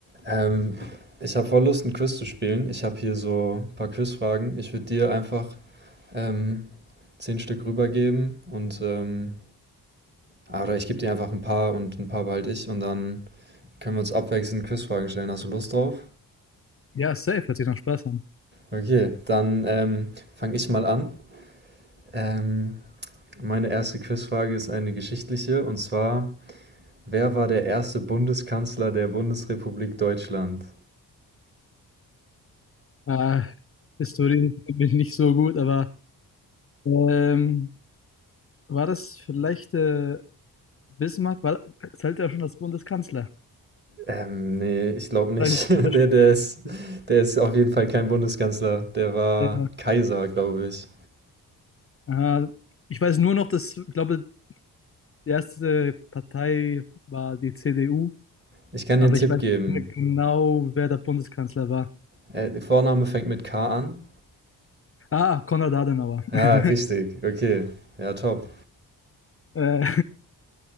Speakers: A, on the right; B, on the left.
A: Ähm, ich habe voll Lust, 'n Quiz zu spielen. Ich habe hier so ein paar Quizfragen. Ich würde dir einfach, ähm, 10 Stück rübergeben und, ähm ah, oder ich gebe dir einfach ein paar und ein paar behalte ich und dann können wir uns abwechselnd Quizfragen stellen. Hast du Lust drauf?
B: Ja, safe, hört sich nach Spaß an.
A: Okay, dann, ähm, fange ich mal an. Ähm, meine erste Quizfrage ist eine geschichtliche und zwar: Wer war der erste Bundeskanzler der Bundesrepublik Deutschland?
B: Ah, Historie bin ich nicht so gut, aber ähm, war das vielleicht äh, Bismarck? War, zählt ja schon als Bundeskanzler.
A: Ähm, ne, ich glaube nicht.
B: Vielleicht
A: <laughs>
B: ist das-
A: Der der ist der ist auf jeden Fall kein Bundeskanzler. Der war
B: äh,
A: Kaiser, glaube ich.
B: ah, Ich weiß nur noch, dass, ich glaube, die erste Partei war die CDU,
A: Ich kann
B: aber
A: dir einen Tipp
B: ich weiß
A: geben.
B: nicht mehr genau, wer der Bundeskanzler war.
A: Äh, der Vorname fängt mit K an.
B: Ah, Konrad Adenauer.
A: Ja,
B: <laughs>
A: richtig. Okay. Ja, top.
B: Äh,